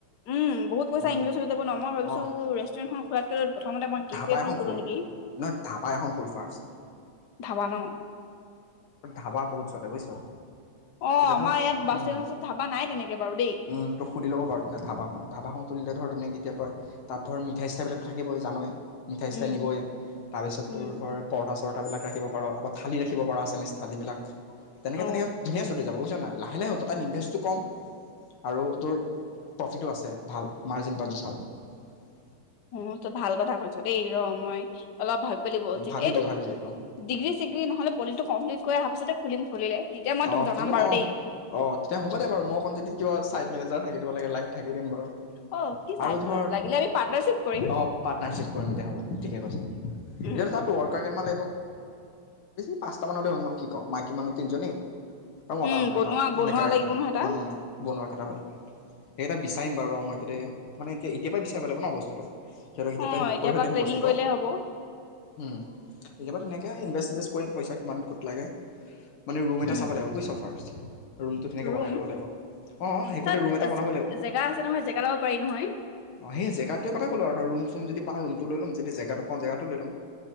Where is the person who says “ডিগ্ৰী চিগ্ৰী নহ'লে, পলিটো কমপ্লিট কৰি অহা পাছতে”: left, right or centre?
Left